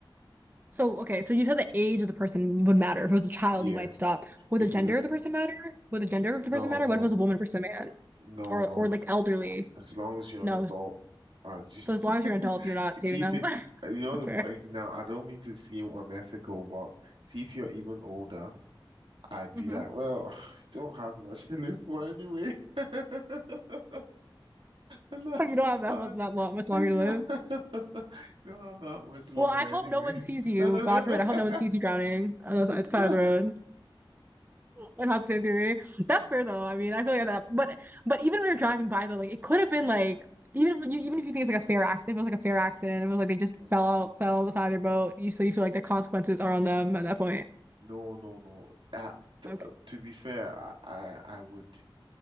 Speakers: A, on the right (about 20°); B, on the right (about 75°).
A: So, okay, so you said the age of the person would matter. If it was a child,
B: Yeah,
A: you might stop. Would
B: if
A: the gender
B: it was a,
A: of the person matter? Would the gender of
B: no,
A: the person matter?
B: no,
A: What if it was a woman versus a man?
B: no,
A: Or
B: no.
A: or like elderly?
B: As long as you're
A: No.
B: an adult,
A: S-
B: as you
A: So as long as you're
B: <laughs>
A: an adult, you're not saving
B: see
A: them.
B: if it's
A: <laughs>
B: you know
A: That's fair.
B: the f- now I don't mean to seem unethical, but see if you're even older, I'd be
A: hmm
B: like,
A: <laughs>
B: well, <sighs> don't have much to live for anyway. <laughs> And that's
A: You don't
B: so
A: have that
B: bad.
A: much that long, much longer
B: And
A: to
B: you
A: live.
B: <laughs> don't have that much longer
A: Well, I hope
B: anyway.
A: no one sees you. God forbid. I hope
B: <laughs>
A: no one sees you drowning on the side side
B: No.
A: of the road. It has the same theory. That's fair though. I mean, I feel like that. But but even when you're driving by though, like it could have been like even if you even if you think it's like a fair accident, if it was like a fair accident, if it was like they just
B: Mm.
A: fell out fell beside their boat, you so you feel like the consequences are on them at that point.
B: No, no, no. Uh,
A: Okay.
B: to be fair, I, I I would.